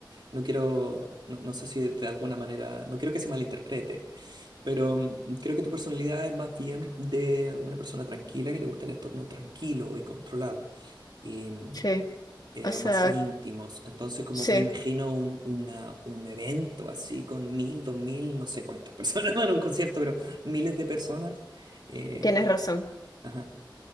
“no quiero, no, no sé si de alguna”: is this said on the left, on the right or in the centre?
Right